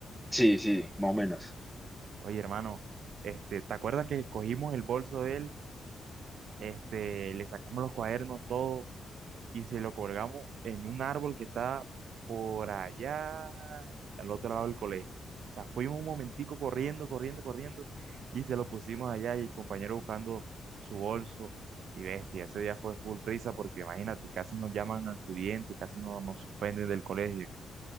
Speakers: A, in the centre; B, on the right.
A: Sí, sí, más o menos.
B: Oye, hermano, este, ¿te acuerdas que cogimos el bolso de él? este, le sacamos los cuadernos, todo, y se lo colgamos en un árbol que está por allá, al otro lado del colegio. O sea, fuimos un momentico corriendo, corriendo, corriendo, y se lo pusimos allá, y el compañero buscando su bolso, y bestia, ese día fue full risa, porque imagínate, casi nos llaman acudientes, casi no- nos suspenden del colegio.